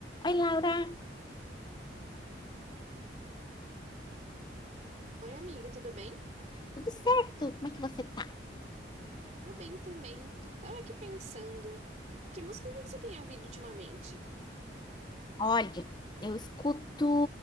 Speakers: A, on the left; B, on the right.
A: Oi, Laura,
B: Oi, amiga, tudo bem?
A: tudo certo? Como é que você tá?
B: Tá bem também. Tava aqui pensando, que música você tem ouvido ultimamente?
A: Olha, eu escuto